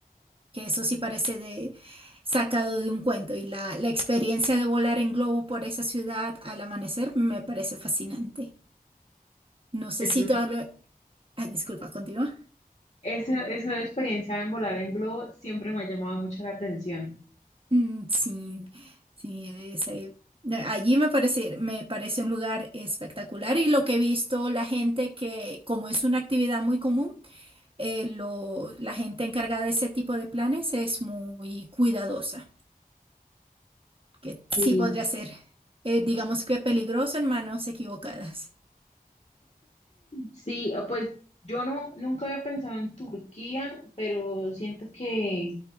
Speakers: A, on the right; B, on the left.
A: que eso sí parece de, sacado de un cuento. Y la, la experiencia de volar en globo por esa ciudad al amanecer me parece fascinante. No sé
B: Eso,
A: si tú hablo- Ah, disculpa, continúa.
B: esa, esa experiencia en volar en globo siempre me ha llamado mucho la atención.
A: Mm, Sí, sí, es, eh, allí me parece, me parece un lugar espectacular y lo que he visto, la gente que, como es una actividad muy común, eh, lo, la gente encargada de ese tipo de planes es muy cuidadosa, que
B: Sí.
A: sí podría ser, eh, digamos que peligroso en manos equivocadas.
B: Sí, pues yo no, nunca había pensado en Turquía, pero siento que